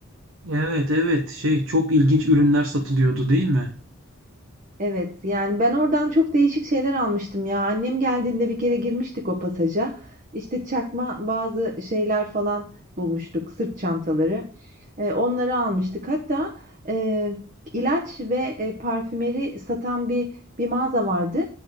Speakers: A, on the right (about 70°); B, on the right (about 40°).
A: Evet evet şey çok ilginç ürünler satılıyordu değil mi?
B: Evet, yani ben oradan çok değişik şeyler almıştım ya. Annem geldiğinde bir kere girmiştik o pasaja. İşte çakma bazı şeyler falan bulmuştuk, sırt çantaları. E, onları almıştık. Hatta e, ilaç ve e, parfümeri satan bir bir mağaza vardı.